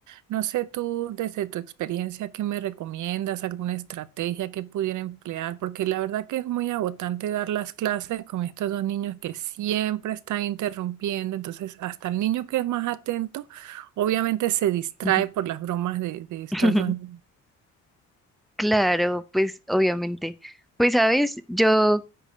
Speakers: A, on the right; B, in the centre.
A: No sé tú desde tu experiencia qué me recomiendas, alguna estrategia que pudiera emplear, porque la verdad que es muy agotante dar las clases con estos dos niños que siempre están interrumpiendo, entonces hasta el niño que es más atento obviamente se distrae
B: Ujú.
A: por las bromas de, de estos
B: <laughs>
A: dos niños.
B: Claro, pues obviamente. Pues sabes, yo